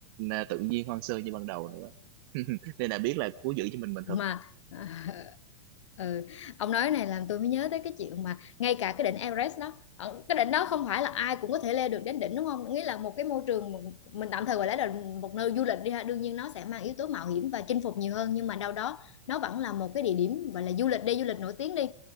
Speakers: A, on the right; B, on the left.
A: à, tự nhiên hoang sơ như ban đầu nữa <laughs> nên là biết là cố giữ cho mình mình
B: mà
A: thôi
B: à, Ừ. Ông nói này làm tôi mới nhớ tới cái chuyện mà ngay cả cái đỉnh Everest đó ờ, cái đỉnh đó không phải là ai cũng có thể leo được đến đỉnh đúng không nghĩa là một cái môi trường mà mình tạm thời gọi là một nơi du lịch đi ha đương nhiên nó sẽ mang yếu tố mạo hiểm và chinh phục nhiều hơn nhưng mà đâu đó nó vẫn là một cái địa điểm gọi là du lịch đi du lịch nổi tiếng đi